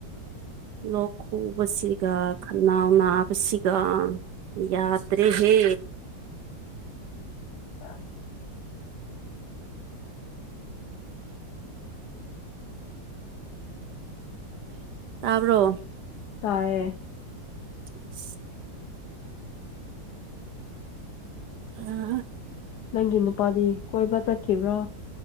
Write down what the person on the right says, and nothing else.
ꯂꯣꯛ ꯈꯨꯕꯁꯤꯒ ꯈꯅꯥꯎ ꯅꯥꯕꯁꯤꯒ ꯌꯥꯗꯔꯦ ꯍꯦ
ꯇꯕꯔꯣ
ꯑ <unintelligible> ꯑꯥ